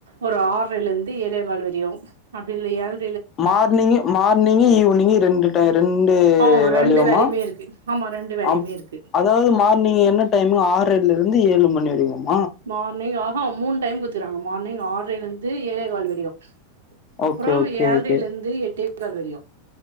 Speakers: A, on the right; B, on the left.
A: ஒரு ஆர்றேல இருந்து ஏலே கால் வரியோ அப்டின்னு ஏல்
B: மார்னிங் மார்னிங் ஈவினிங் ரெண்டு டைம் ரெண் இது
A: ஆ
B: வல்லியமா
A: ரெண்டு வேலையுமே இருக்கு ஆமா ரெண்டு வேலையுமே
B: அம்
A: இருக்கு
B: அதாது மார்னிங் என்ன டைமு ஆர்றைல இருந்து ஏழு மணி வரை <unintelligible>
A: மார்னிங்கா ஆ மூணு டைம் குத்துறாங்க மார்னிங் ஆர்றைல இருந்து ஏழேக்கால் வரையு அப்பறம்
B: ஓகே ஓகே
A: ஏல்ரையில
B: ஓகே
A: இருந்து எட் கால் வறையு